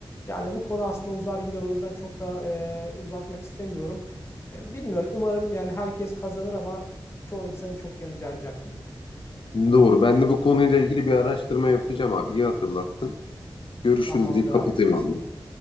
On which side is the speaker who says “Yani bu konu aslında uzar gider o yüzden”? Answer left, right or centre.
Left